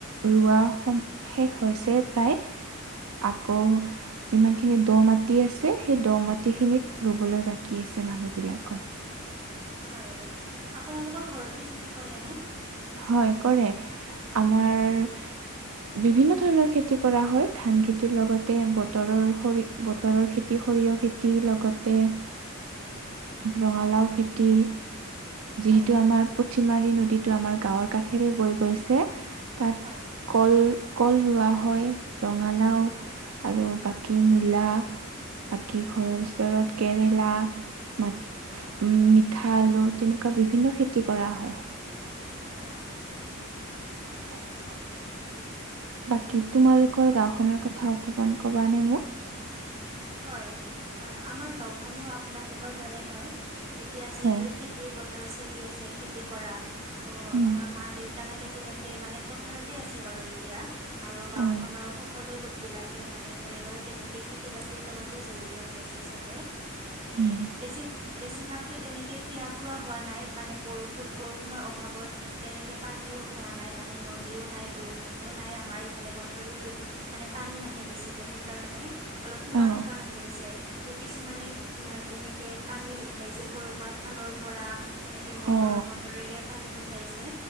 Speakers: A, on the right; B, on the right.
A: ৰোৱা শেষ হৈছে প্ৰায় আকৌ যিমান খিনি দ মাটি আছে, সেই দ মাটি খিনিত ৰুবলৈ বাকী আছে। মানুহ বিলাকৰ।
B: হয় আপোনালোকৰ ঘৰতো খেতি কৰে নে।
A: হয় কৰে আমাৰ।
B: হয়
A: বিভিন্ন ধৰণৰ খেতি কৰা হয়, ধান খেতিৰ লগতে বতৰৰ সৰিয়হ বতৰৰ খেতি। খেতি লগতে ৰঙালাও খেতি। যিহেতু
B: হয়
A: আমাৰ পুথিমাৰী নদীটো আমাৰ গাঁৱৰ কাষেৰে বৈ গৈছে, তাত
B: হয়
A: কল কল ৰোৱা হয়, ৰঙালাও, আৰু বাকী মূলা বাকী ঘৰৰ ওচৰত কেৰেলা, মা উম, মিঠা আলু, তেনেকুৱা বিভিন্ন খেতি কৰা হয়।
B: অ' - অ'।
A: <unintelligible> বাকী তোমালোকৰ গাঁওখনৰ কথা অকণমান ক'বানে মোক?
B: হয়, অ' আমাৰ গাওঁখনো আপোনালোকৰ দৰে হয়। এতিয়া যিহেতু
A: হয়
B: খেতিৰ বতৰ চলি আছে, খেতি কৰা। ছো
A: উম
B: আমাৰ মা-দেউ তাহঁতে তেনেকে মানে, পথাৰতে আছে বাৰু এতিয়া। আৰু গাঁওখনৰ
A: হয়
B: সকলো লোক বিলাকে মানে ঘৰে - ঘৰে তেনেকে খেতি-বাতিৰ লগতে জড়িত হৈ আছে সবে। মানে
A: উম
B: বেছি বেছিভাগতো তেনেকে পিয়া কৰোৱা হোৱা নাই, মানে বৰষুণ- বৰষুণৰ অভাৱত তেনেকে পানী ও হোৱা নাই, মানে নদীও নাই, ডোঙো নাই, আমাৰ ইফালে। মথাৰিও বে- মানে পানী নাহে বেছি সেই কাৰণে অলপ সুখ শুকান
A: অ
B: - শুকান হৈ আছে। ছো, কিছুমানে উম তেনেকে পানী উঠাইছে ক'ৰবাৰ খালৰ পৰা তেনেকে মটৰ-
A: অ
B: মটৰেৰে পানী উঠাইছে।